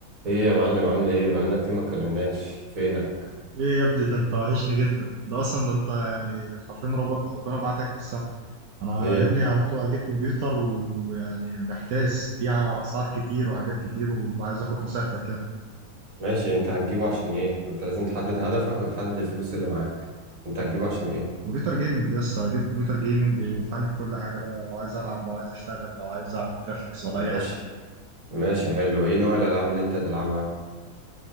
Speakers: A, on the right (about 65°); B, on the right (about 80°).
A: ايه يا معلم عامل ايه بقالنا كتير ما اتكلمناش فينك
B: ايه يا ابني ده انت وحشني جدا ده اصلا ده انت يعني حرفيا رب... ربنا بعتك من السما انا
A: ليه
B: يا ابني هموت واجيب كمبيوتر ويعني محتاس فيها اسعار كتير وحاجات كتير وعايز اخد نصيحتك يعني
A: ماشي انت هتجيبه عشان ايه ما انت لازم تحدد هدفك وتحدد الفلوس اللي معاك انت هتجيبه عشان ايه
B: كمبيوتر جيمنج بس هجيب كمبيوتر جيمنج ينفعني في كل حاجه بقى لو عايز العب لو عايز اشتغل لو عايز اعمل جرافيكس ولا
A: ماشي
B: اي حاجه
A: ماشي حلو ايه نوع الالعاب اللي انت هتلعبها